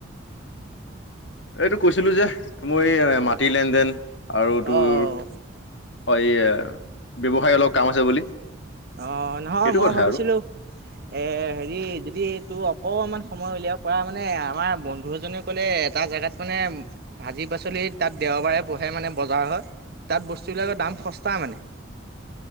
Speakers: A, on the left; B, on the right.
A: এইটো কৈছিলোঁ যে মই এই মাটিৰ লেন দেন আৰু তোৰ।
B: অঁ
A: হয় এই ব্যৱসায় অলপ কাম আছে বুলি
B: অ নহয়,
A: সেইটো
B: মই
A: কথা
B: ভাবিছিলো
A: আৰু
B: এ হেৰি যদি তোৰ অকমান সময় উলিয়াব পৰা মানে আমাৰ বন্ধু এজনে ক'লে এটা জোগাত মানে ভাজি পাচলি তাত দে দেওবাৰে বহে মানে বজাৰ হয় তাত বস্তুবিলাকৰ দাম সস্তা মানে